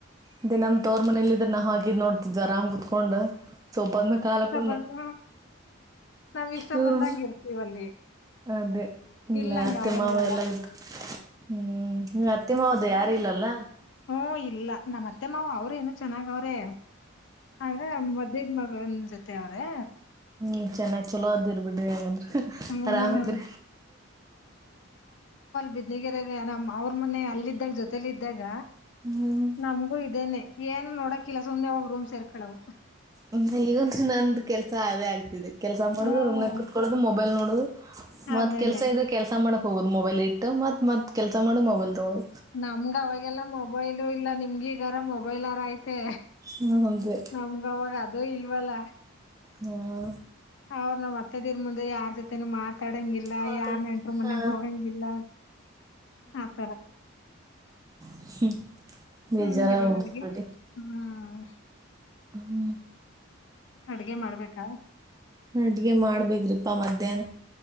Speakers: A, on the right; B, on the left.
A: ಅದೇ ನಮ ತೋರ್ ಮನೇಲಿ ಇದ್ರನ್ನ ಹಾಕಿದ್ ನೋಡ್ ಅರಾಮ್ ಕುೂತ್ಕೊಂಡ್ ಸೋಫಾ ದ್ಮೇಲೆ ಕಾಲಕ್
B: ಬಂದ ನಾವ್ ಇಷ್ಟ
A: ಇವರು
B: ಬಂದಂಗ ಇರ್ತೀವ ಅಲ್ಲಿ
A: ಅದೇ ಇಲ್ಲ
B: ಇಲ್ ಹಂಗ್
A: ಅತ್ತೆ
B: ಆಗಲ್ವಲ್ಲ
A: ಮಾವ ಎಲ್ಲ ಇಯ್ತು ಹ್ಮ್ ನೀ ಅತ್ತಿ ಮಾವ್ ಹದು ಯಾರ ಇಲ್ಲಲ್ಲ
B: ಹ್ಮ ಇಲ್ಲ ನಮ್ಮ ಮತ್ತೆ ಮಾವ ಅವ್ರ ಏನು ಚೆನ್ನಾಗ ಅವ್ರೆ ಆದ್ರೆ ಮದೇದ್ ಮಗನ್ ಜೊತೆ ಅವ್ರೆ
A: ನೀ ಚೆನ್ನಾಗ್ ಚಲೋ ಅದಿರ್ ಬಿಡ್ರಿ ಹಂಗಂದ್ರೂ
B: ಹ್ಮ್
A: ಆರಾಮ ಹೆತ್ರ
B: ಬಿದ್ನಗರೆಾಗ ನಮ್ ಅವ್ರ ಮನೆ ಅಲ್ಲಿದ್ದಾಗ ಜೊತೇಲಿ ಇದ್ದಾಗ
A: ಹ್ಮ್
B: ನಮಗೂ ಇದೇನೆ ಏನು ನೋಡಕಲ್ಲ ಸುಮನೆ ಹೋಗ್ ರೂಮ್ ಸೇರ್ಕಳವ
A: ಹ್ಮ ಈಗ ಒಂದು ನಂದು ಕೆಲ್ಸ ಆದೇ ಆಗ್ತಿದೆ ಕೆಲ್ಸ ಮಾಡುದು
B: ಹ್ಮ್
A: ರುಮಕುತ್ಕೊಳ್ಳುದು ಮೊಬೈಲ್ ನೋಡುದು ಮತ್
B: ಅದೇನೆ
A: ಕೆಲ್ಸ ಇದ್ರೆ ಕೆಲ್ಸ ಮಾಡಕ್ ಹೋಗುದು ಮೊಬೈಲ್ ಇಟ್ಟ ಮತ್ ಮತ್ ಕೆಲ್ಸ ಮಾಡಿ ಮೊಬೈಲ್ ತೊಗಳು
B: ನಮ್ಗ ಅವಾಗೆಲ್ಲ ಮೊಬೈಲು ಇಲ್ಲ ನಿಮಗ ಈಗಾರ ಮೊಬೈಲ್ರ ಐತೆ
A: ಹ್ಮ್ ಹಂಗೆ
B: ನಮಗವಾಗ ಅದೂ ಇಲ್ವಲ್ಲ
A: ಹಾ
B: ಅವ್ರ ನಮ್ ಅತ್ತೆದಿರ್ ಮುಂದೆ ಯಾರ ಜೊತೆ ಮಾ ತಡಂಗಿಲ್ಲ
A: ಮಾತಾಡ್
B: ಯಾರ್ ನಂಟರು
A: ಹಾ
B: ಮನೆಗ್ ಹೋಗಂಗಿಲ್ಲ ಆತರ
A: <inaudible> ಬೇಜಾರ
B: ಹ್ಮ್ ಇವಾಗ್
A: ಉದು
B: ಅಡ್ಗೆ
A: ಬಿಡಿ
B: ಹ್ಮ್
A: ಹ್ಮ್
B: ಅಡ್ಗೆ ಮಾಡ್ಬೇಕಾ
A: ಅಡುಗೆ ಮಾಡಬೇಕು್ರಿಪ್ಪ ಮಧ್ಯಾಹ್ನ